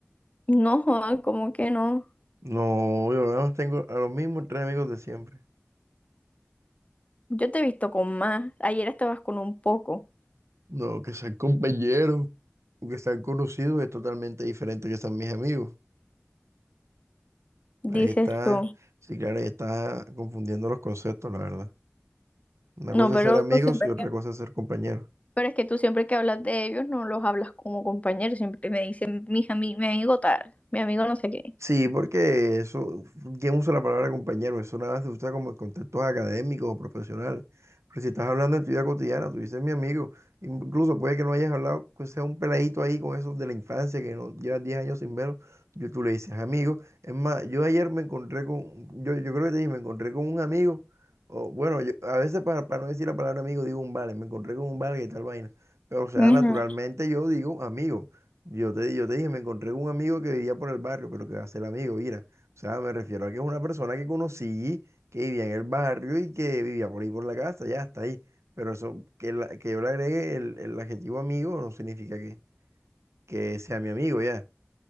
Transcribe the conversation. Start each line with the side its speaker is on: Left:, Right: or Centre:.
Left: No, Juan, ¿cómo que no?
Right: No, yo nada más tengo a los mismos tres amigos de siempre.
Left: Yo te he visto con más. Ayer estabas con un poco,
Right: No, que sean compañeros o que sean conocidos es totalmente diferente que sean mis amigos.
Left: dices
Right: Ahí está,
Left: tú.
Right: sí, claro, ahí está confundiendo los conceptos, la verdad. Una
Left: No,
Right: cosa
Left: pero
Right: es ser amigos
Left: tú siempre
Right: y otra
Left: que,
Right: cosa es ser compañeros.
Left: pero es que tú siempre que hablas de ellos no los hablas como compañeros, siempre me dicen mi, mi amigo tal, mi amigo no sé qué.
Right: Sí, porque eso, ¿quién usa la palabra compañero? Eso nada más se usa como en contextos académicos o profesionales. Pero si estás hablando en tu vida cotidiana, tú dices mi amigo, incluso puede que no hayas hablado, que sea un peladito ahí con esos de la infancia que no llevas 10 años sin verlo, yo, tú le dices amigo. Es más, yo ayer me encontré con, yo, yo creo que te dije, me encontré con un amigo, o bueno, yo- a veces para, para no decir la palabra amigo digo un vale, me encontré con un vale y tal vaina. Pero o sea,
Left: Ujú.
Right: naturalmente yo digo amigo. Yo te, yo te dije, me encontré con un amigo que vivía por el barrio, pero que va a ser amigo, mira. O sea, me refiero a que es una persona que conocí, que vivía en el barrio y que vivía por ahí por la casa, ya está ahí. Pero eso, que, la- que yo le agregue el, el adjetivo amigo no significa que, que sea mi amigo, ya.